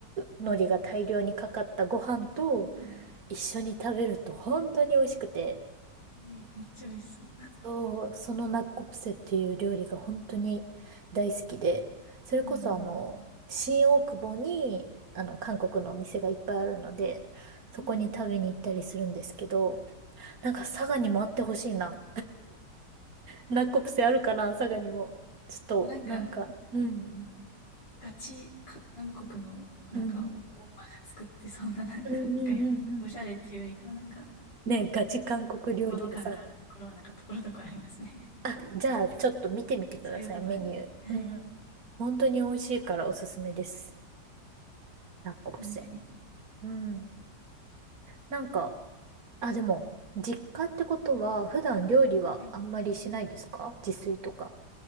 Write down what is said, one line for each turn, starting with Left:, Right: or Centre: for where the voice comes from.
Right: 海苔が大量にかかったご飯と
Left: うん。
Right: 一緒に食べると本当に美味しくて、
Left: えーめっちゃ美味しそう。
Right: そう、そのナッコプセっていう料理が本当に大好きで、それこそあの、
Left: <laughs> あの
Right: 新大久保に、あの、韓国のお店がいっぱいあるので、そこに食べに行ったりするんですけど、
Left: うん。
Right: なんか佐賀にもあってほしいな。ナッコプセあるかな、佐賀にも。ちょっと、
Left: でなんか、
Right: なんか、うん、
Left: うん、ガチ韓国の、なんか、
Right: うん、
Left: お、おばが作ってそうな、<laughs> なんか、
Right: うん、
Left: わかります。
Right: うん、うん、うん、
Left: おしゃれっていうよりかは、
Right: うん。
Left: なんか、
Right: ね、ガチ韓国料理屋さん。
Left: 本物感があるところは、なんか、ところどころありますね。
Right: あ、じゃあ、ちょっと見てみてください、
Left: <laughs> そういうところに、
Right: メニュー。
Left: はい、
Right: うん。本当に美味しいからおすすめです。ラッコプセ。
Left: 食べてみて。
Right: うん。なんか、あ、でも、実家ってことは、普段料理はあんまりしないですか自炊とか。
Left: はい、